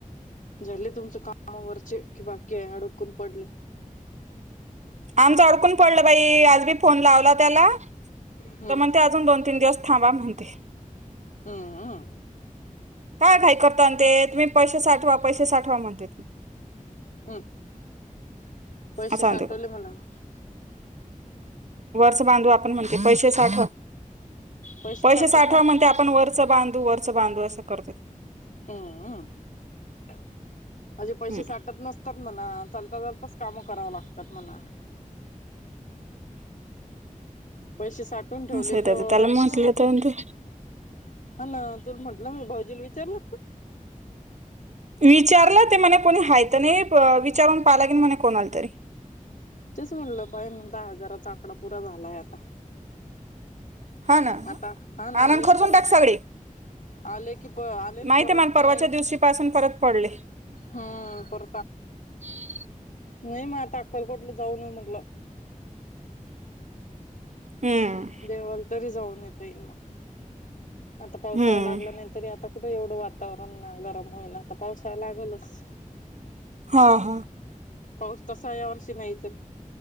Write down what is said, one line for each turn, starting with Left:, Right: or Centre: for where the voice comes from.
Left: झाले तुमचे काम वरचे कि बाकी <unintelligible> ले
Right: आमच अडकून पडलं बई आज बी फोन लावला त्याला तर
Left: हम्म
Right: म्हणते अजून दोन तीन दिवस थांबा म्हणते.
Left: हम्म हम्म.
Right: काय घाई करता न ते तुम्ही पैशे साठवा पैशे साठवा म्हणता ते
Left: <unintelligible> पैशे
Right: असं
Left: साठवले
Right: म्हणते
Left: म्हणाव.
Right: वरच बांधू आपण म्हणतो पैशे साठव
Left: पैसे
Right: पैशे
Left: साठत
Right: साठवा
Left: नस
Right: म्हणते आपण वरचं बांधू वरचं बांधू असं करत होते.
Left: हम्म म अशे पैशे
Right: हम्म
Left: साठत नसतात म्हणा चालता चालताच कामं कराव ला तातम्हना पैसे साठून ठेवले
Right: असं
Left: तर
Right: त्याच त्याला
Left: राहत
Right: म्हटलं
Left: का म
Right: तर
Left: <unintelligible>
Right: ते
Left: तु म्हंटलं मी भावुजील विचारलत का?
Right: विचारलं ते म्हणे कोणी हाय तर नइ प विचारून पाहलागेल मणे कोणाल तरी
Left: तेच म्हणलं पाह म दहा हजाराचा आकडा पूरा झालाय आता
Right: हा ना
Left: आता हा ना
Right: आनंद
Left: आलेन
Right: खर्चून
Left: परत
Right: टाक सगळे
Left: आले की प आले न
Right: माहिती
Left: परत
Right: आहे मला परवाच्या
Left: नइ
Right: दिवशी पासून परत पडले
Left: हम्म प
Right: <unintelligible>
Left: नइ म आता अक्कलकोटला जाऊन ये म्हटलं.
Right: हम्म
Left: देवाल तरी जाऊन येता येईल म. आता पावसाळा
Right: हम्म
Left: लागला नाइतरी आता कुट एवढं वातावरण न गरम होईल आता पावसाळ लागलच.
Right: हा हा.
Left: पऊस तसा या वर्षी नाइचए,